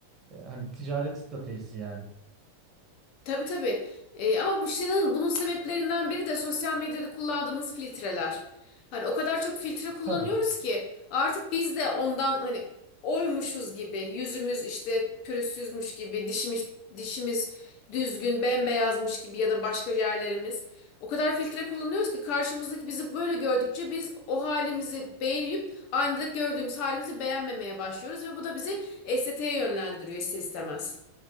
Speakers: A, on the right; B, on the left.
A: Ya Hani ticaret stratejisi yani.
B: Tabii tabii. Ee, ama bu şeyin bunun sebeplerinden biri de sosyal medyada kullandığımız filtreler. Hani o kadar çok filtre kullanıyoruz
A: Tabii.
B: ki artık biz de ondan hani oymuşuz gibi yüzümüz işte pürüzsüzmüş gibi dişimiz dişimiz düzgün bembeyazmış gibi ya da başka yerlerimiz. O kadar filtre kullanıyoruz ki karşımızdaki bizi böyle gördükçe biz o halimizi beğenip aynada gördüğümüz halimizi beğenmemeye başlıyoruz ve bu da bizi estetiğe yönlendiriyor ister istemez.